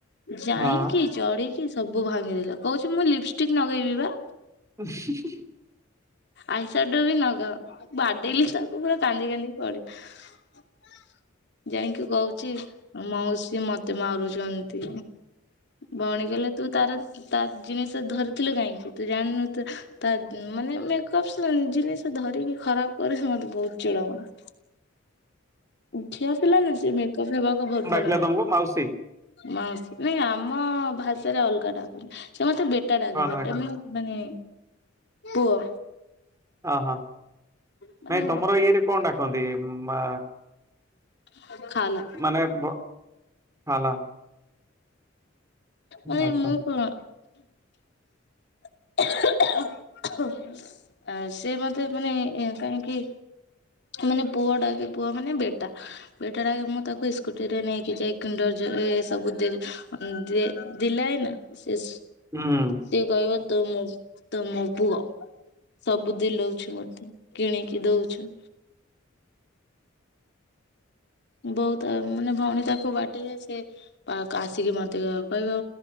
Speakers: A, on the left; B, on the right.
A: ଯାଇଁକି
B: ହଁ।
A: ଚଢିକି ସବୁ ଭାଙ୍ଗିଦେଲା। କହୁଚି ମୁଁ ଲିପଷ୍ଟିକ ଲଗେଇବି ବା।
B: <inaudible>
A: ଆଇସାଡୋ ବି ନଗାଅ। ବାଡେଇଲି ତାକୁ ପୁରା କାନ୍ଦି କାନ୍ଦି <unintelligible> ଯାଇଁକି କହୁଚି ମାଉସୀ ମତେ ମାରୁଚନ୍ତି। ଭଉଣୀ କହିଲେ ତୁ ତାର ତା ଜିନିଷ ଧରିଥିଲୁ କାହିଁକି? ତୁ ଜାଣିନୁ ତୁ ତା ମାନେ ମେକଅପ୍ ଜିନିଷ ଧରିକି ଖରାପ କରିଚି। ସେ ମତେ ବହୁତ ଚିଡ଼ ମାଡେ। ଝିଅ ପିଲା ନା ସେ ମେକଅପ୍ ହେବାକୁ ଭଲ
B: ପିଲା
A: ଲାଗେ
B: ତମକୁ ମାଉସୀ
A: ମାଉସୀ ନାଇଁ ଆମ ଭାଷାରେ ଅଲଗା ଡାକ। ସେ ମତେ ବେଟା ଡାକେ।
B: କଣ
A: ବେଟା
B: ଡାକନ୍ତି?
A: ମିନ୍ ମାନେ ପୁଅ।
B: ଅହୋ।
A: ମାନେ
B: ନାଇଁ ତମର ଇଆଡେ କଣ ଡାକନ୍ତି? ମା
A: <unintelligible>
B: ମାନେ ଭ। ହାଲୋ।
A: ମାନେ
B: ଆଚ୍ଛା
A: ମୁଁ କଣ। <inaudible> ଆ ସିଏ ମତେ ମାନେ କାହିଁକି ମାନେ ପୁଅ ଡାକେ। ପୁଅ ମାନେ ବେଟା। ବେଟା ଡାକେ ମୁଁ ତାକୁ ସ୍କୁଟି ରେ ନେଇକି ଯାଇ କିଣ୍ଡର ଜଏ ତାକୁ ଦେ ଦିଏ ଦିଲାଏ ନା। ସେ
B: ହୁଁ।
A: ସିଏ କହିବ ତୁ ମୋ ତୁ ମୋ ପୁଅ। ସବୁ ଦିଲଉ ଉଚୁ ମତେ। କିଣିକି ଦଉଚୁ। ବହୁତ ମାନେ ଭଉଣୀ ତାକୁ ବାଡେଇ ସେ ଆସିକି ମତେ କହିବ